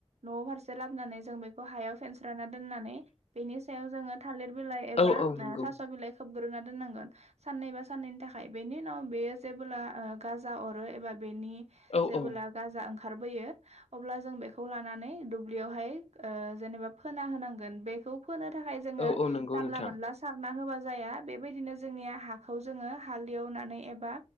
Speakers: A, on the right; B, on the left.
A: न' फारसे लाबनानै जों बेखौ हायाव फेनस्राना दोननानै नि बेनि‌ सायाव जोङो थालिर बिलाइ एबा
B: औ औ
A: थास'
B: नंगौ
A: बिलाइ खोबग्रोना दोननांगोन साननै बा साननैनि थाखाय बेनि उनाव बेयो जेबोला गाजा अरो एबा बेनि
B: औ
A: जेबोला
B: औ
A: जा ओंखार बोयो अब्ला जों बे लानानै दुब्लियावहाय ओ जेनेबा फोना होनांगोन। बेखौ फोनो थाखाय जोङो
B: औ औ नंगौ
A: जानला
B: नोंथां
A: मानला सारना होबा जा जाया बेबायदिनो जोंनि हाखौ जोङो हालदियाव होनानै एबा